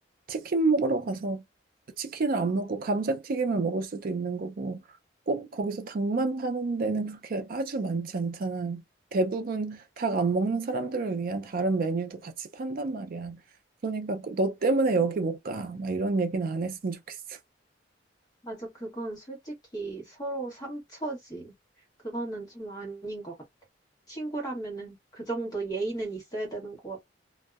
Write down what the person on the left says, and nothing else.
맞아. 그건 솔직히 서로 상처지. 그거는 좀 아닌 것 같아. 친구라면은 그 정도 예의는 있어야 되는 것 같아.